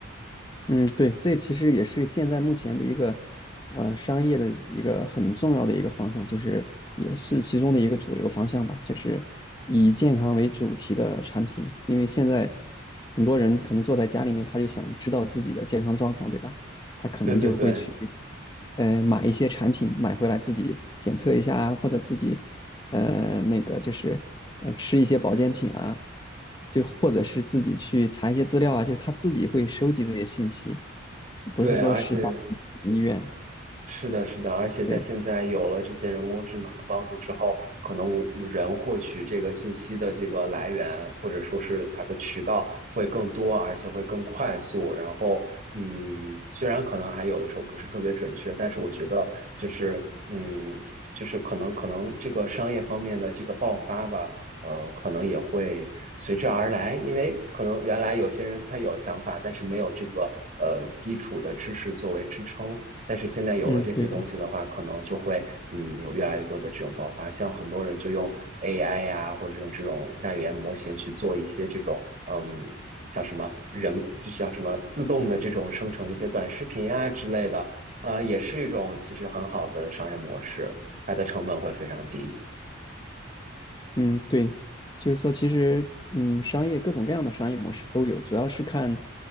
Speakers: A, on the left (about 20°); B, on the right (about 40°).
A: 嗯，对，这其实也是现在目前的一个呃商业的一个很重要的一个方向，就是也是其中的一个主流方向吧，就是以健康为主题的产品。因为现在很多人可能坐在家里面，他就想知道自己的健康状况，对吧？他可能就会去
B: 对对对
A: 呃买一些产品买回来自己检测一下啊，或者自己呃那个就是呃吃一些保健品啊，就或者是自己去查一些资料啊，就他自己会收集这些信息。不是说是大型医院，
B: 对，而且是的，是的，而且在现在有了这些人工智能的帮助之后，
A: 对，
B: 可能我人获取这个信息的这个来源，或者说是它的渠道会更多，而且会更快速。然后，嗯，虽然可能还有的时候不是特别准确，但是我觉得就是，嗯，就是可能可能这个商业方面的这个爆发吧，呃，可能也会随之而来，因为可能原来有些人他有想法，但是没有这个呃基础的知识作为支撑。但是现在有了这些东西的话，
A: 嗯，对的，
B: 可能就会嗯有越来越多的这种爆发，像很多人就用 AI 呀、或者用这种大语言模型去做一些这种嗯叫什么人就叫什么自动的这种生成一些短视频啊之类的，呃，也是一种其实很好的商业模式，它的成本会非常低。
A: 嗯，对，就是说，其实，嗯，商业各种各样的商业模式都有，主要是看，